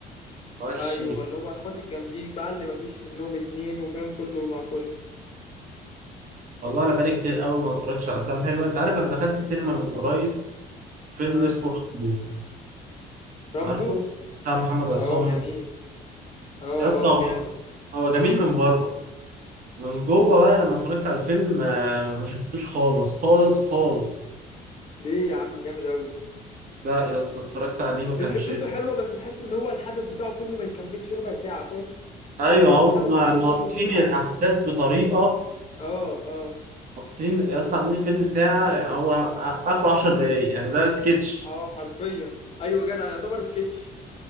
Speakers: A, on the right (about 55°); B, on the left (about 35°).
A: ماشي
B: ايوه اللي هو اخوات الجامدين بقى اللي مفيش منهم اتنين وفاهم كله مع كله
A: والله انا بقالي كتير قوي ما اتفرجتش على افلام حلوه انت عارف انا دخلت سينما من قريب فيلم
B: اه
A: اسمه رامبو
B: رامبو
A: عارفه بتاع محمد عصام
B: اه جميل اه
A: يا اسطى
B: اه
A: هو
B: جامد
A: هو جميل من بره من جوه بقى لما اتفرجت على الفيلم آه، ما حسيتوش خالص خالص خالص
B: ليه يا عم جامد قوي
A: لا يا اسطى اتفرجت عليه ما كانش
B: فكرته حلوه بس تحس ان هو الحدث بتاعه كله ما يكملش ربع ساعه فاهم
A: ايوه
B: تحس ان
A: هم
B: الحدث حصل
A: ناطين
B: كله في يوم واحد
A: الاحداث بطريقه
B: اه اه
A: ناطين يا اسطى عاملين فيلم ساعه يعني هو اخره 10 دقايق يعني ده سكتش
B: اه حرفيا ايوه جدع يعتبر سكتش